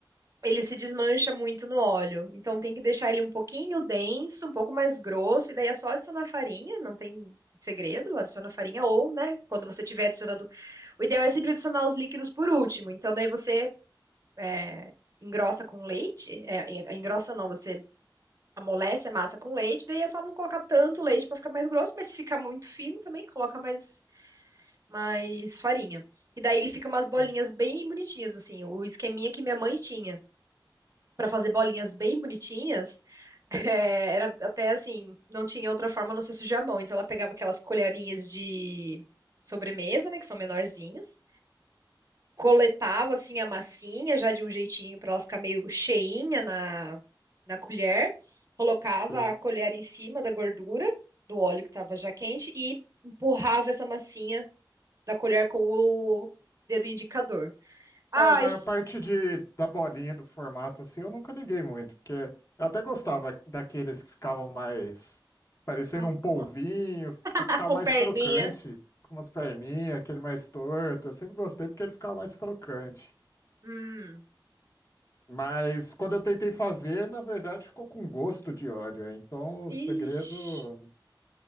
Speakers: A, on the right (about 40°); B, on the left (about 40°).
A: ele se desmancha muito no óleo. Então tem que deixar ele um pouquinho denso, um pouco mais grosso, e daí é só adicionar farinha, não tem segredo, adiciona farinha ou, né, quando você tiver adicionando, o ideal é sempre adicionar os líquidos por último. Então daí você é, engrossa com leite, é, en- engrossa não, você amolece a massa com leite, daí é só não colocar tanto leite para ficar mais grosso, mas se ficar muito fino também coloca mais mais farinha. E daí ele fica umas bolinhas
B: Sim,
A: bem bonitinhas assim, o esqueminha que minha mãe tinha para fazer bolinhas bem bonitinhas, <laughs> é, era até assim, não tinha outra forma a não ser sujar a mão. Então ela pegava aquelas colherinhas de sobremesa, né, que são menorzinhas, coletava assim a massinha já de um jeitinho para ela ficar meio cheinha na, na colher, colocava
B: sim.
A: a colher em cima da gordura do óleo que estava já quente e empurrava essa massinha da colher com o dedo indicador. Ah,
B: É, mas
A: esse-
B: a parte de, da bolinha, do formato, assim, eu nunca liguei muito, porque eu até gostava daqueles que ficavam mais parecendo
A: hum,
B: um polvinho, que ficava
A: ah, com
B: mais
A: perninha.
B: crocante, com umas perninhas, aquele mais torto. Eu sempre gostei porque ele ficava mais crocante.
A: Hum.
B: Mas quando eu tentei fazer, na verdade ficou com gosto de óleo. Então o segredo
A: Ixi.